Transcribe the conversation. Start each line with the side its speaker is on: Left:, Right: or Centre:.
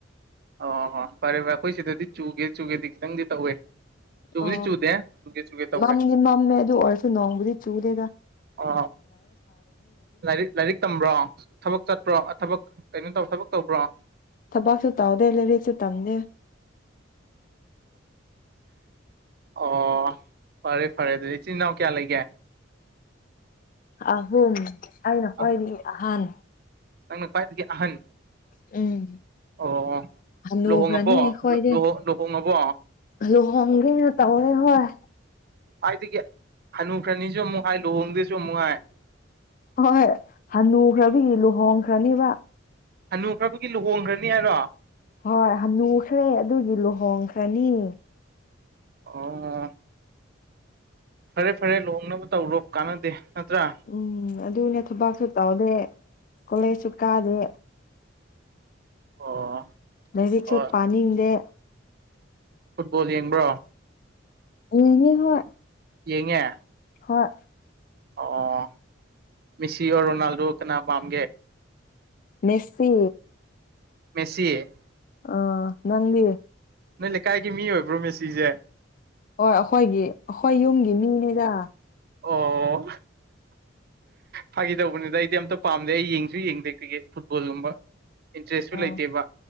Right: ꯑꯣ ꯍꯣ ꯐꯔꯦ ꯐꯔꯦ ꯑꯩꯈꯣꯏ ꯁꯤꯗꯗꯤ ꯆꯨꯒꯦ ꯆꯨꯒꯦꯗꯤ ꯈꯤꯇꯪꯗꯤ ꯇꯧꯋꯦ ꯆꯨꯕꯨꯗꯤ
Left: ꯑ
Right: ꯆꯨꯗꯦ ꯆꯨꯒꯦ ꯆꯨꯒꯦ ꯇꯧꯔꯦ
Left: ꯃꯝꯅꯤ ꯃꯃꯦ ꯑꯗꯨ ꯑꯣꯔꯁꯨ ꯅꯣꯡꯕꯗꯤ ꯆꯨꯗꯦꯒ
Right: ꯑ ꯂꯥꯏꯔꯤꯛ ꯂꯥꯏꯔꯤꯛ ꯇꯝꯕ꯭ꯔꯣ ꯊꯕꯛ ꯆ ꯭ꯔꯣ ꯊꯕꯛ ꯀꯩꯅꯣ ꯇ ꯊꯕꯛ ꯇꯧꯕ꯭ꯔꯣ
Left: ꯊꯕꯛꯁꯨꯦ ꯇꯥꯎꯗꯦ ꯂꯩꯔꯤꯛꯁꯦ ꯇꯝꯗꯦ
Right: ꯑꯣ ꯐꯔꯦ ꯐꯔꯦ ꯑꯗꯨꯗꯤ ꯏꯆꯤꯟꯜ ꯏꯅꯥꯎ ꯀꯌꯥ ꯂꯩꯒꯦ
Left: ꯑꯍꯨꯝ ꯑꯩꯅ ꯈ꯭ꯋꯥꯏꯗꯤ
Right: ꯑ
Left: ꯑꯍꯥꯟ
Right: ꯅꯪꯅ ꯄꯥꯏꯗꯗꯒꯤꯦ ꯑꯍꯟ
Left: ꯎꯝ
Right: ꯑꯣ
Left: ꯍꯅꯨꯈ꯭ꯔꯅꯤ
Right: ꯂꯨꯍꯣꯡꯉꯕꯣꯨꯍ
Left: ꯑꯩꯈꯣꯏꯗꯤ
Right: ꯂꯨꯍꯣꯡꯉꯕꯣ
Left: ꯂꯨꯍꯣꯡꯒꯦꯅ ꯇꯧꯔꯦ ꯍꯣꯏ
Right: ꯑꯗꯨꯏꯗꯒꯤ ꯍꯅꯨ ꯈ꯭ꯔꯅꯤꯁꯨ ꯑꯃꯨꯛ ꯍꯥꯏ ꯂꯨꯍꯣꯡꯗꯁꯨ ꯑꯃꯨꯛ ꯍꯥꯏ
Left: ꯍꯣꯏꯣꯏ ꯍꯅꯨꯈ꯭ꯔꯕꯤ ꯂꯨꯍꯣꯡꯈ꯭ꯔꯅꯤꯕ
Right: ꯍꯟꯅꯨꯈ꯭ꯔꯕꯒꯤ ꯂꯨꯍꯣꯡꯈ꯭ꯔꯅꯤ ꯍꯥꯏꯔꯣ
Left: ꯍꯣꯏ ꯍꯅꯨꯈ꯭ꯔꯦ ꯑꯗꯨꯏꯗꯤ ꯂꯨꯍꯣꯡꯈ꯭ꯔꯅꯤ
Right: ꯑꯣ ꯐꯔꯦ ꯐꯔꯦ ꯂꯨꯅꯕ ꯇꯧꯔꯣ ꯀꯥꯟꯅꯗꯦ ꯅꯠꯇ꯭ꯔꯥ
Left: ꯎꯝ ꯑꯗꯨꯅꯦ ꯊꯨꯕꯥꯛꯁꯨ ꯇꯥꯎꯗꯦ ꯀꯂꯦꯁꯨꯀꯥꯗ
Right: ꯑꯣ
Left: ꯅꯗꯤ ꯆꯠ
Right: ꯑꯣ
Left: ꯄꯅꯤꯗꯦ
Right: ꯐꯨꯠꯕꯣꯜ ꯌꯦꯡꯕ꯭ꯔꯣ
Left: ꯑꯦꯅꯤ ꯍ
Right: ꯌꯦꯉ
Left: ꯍꯣꯏ
Right: ꯑꯣ ꯃꯤꯁꯤꯑꯣ ꯔꯣꯅꯥꯜꯗꯣ ꯀ ꯑꯒꯦ
Left: ꯃꯦꯁꯤ
Right: ꯃꯦꯁꯤꯌꯦ
Left: ꯑꯥ ꯅꯪꯦ
Right: ꯅꯣꯏ ꯂꯩꯀꯥꯏꯒꯤ ꯃꯤ ꯑꯣꯏꯕ꯭ꯔꯣ ꯃꯦꯁꯤꯁꯦ
Left: ꯑꯣ ꯑꯩꯈꯣꯏꯒꯤ ꯑꯩꯈꯣꯏ ꯌꯨꯝꯒꯤ ꯃꯤꯅꯦꯗ
Right: ꯑꯣ ꯐꯥꯈꯤꯗꯧꯕꯅꯤꯗ ꯑꯩꯗꯤ ꯑꯝꯇ ꯄꯥꯝꯗꯦ ꯑꯩ ꯌꯦꯡꯁꯨ ꯌꯦꯡꯗꯦ ꯀ꯭ꯔꯤꯛꯀꯦꯠ ꯐꯨꯠꯕꯣꯜꯒꯨꯝꯕ ꯏꯟꯇꯔꯦꯁꯁꯨ
Left: ꯑ
Right: ꯂꯩꯇꯦꯕ